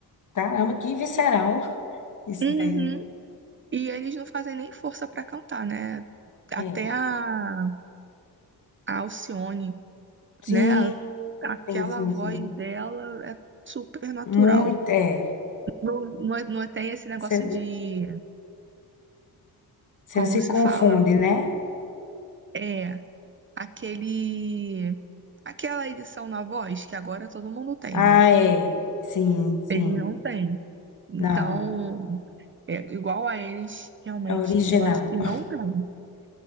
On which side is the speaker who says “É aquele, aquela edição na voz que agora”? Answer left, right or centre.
Right